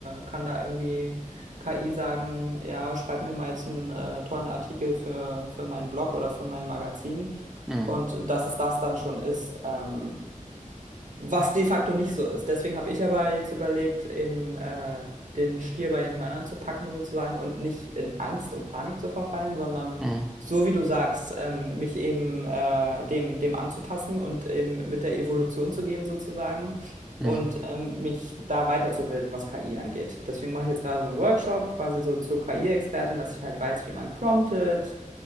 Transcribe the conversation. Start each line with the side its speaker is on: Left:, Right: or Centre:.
Right: kann da irgendwie KI sagen, ja, schreib mir mal jetzt einen äh, tollen Artikel für, für meinen Blog oder für mein Magazin.
Centre: Mhm.
Right: Und dass es das dann schon ist. Ähm, was de facto nicht so ist. Deswegen habe ich aber jetzt überlegt, eben äh, den Stier bei den Hörnern zu packen sozusagen und nicht in Angst und Panik zu verfallen, sondern
Centre: Mhm.
Right: so wie du sagst, ähm, mich eben äh, dem, dem anzupassen und eben mit der Evolution zu gehen sozusagen
Centre: Mhm.
Right: und ähm, mich da weiterzubilden, was KI angeht. Deswegen mache ich jetzt gerade so einen Workshop quasi so zur KI-Expertin, dass ich halt weiß, wie man promptet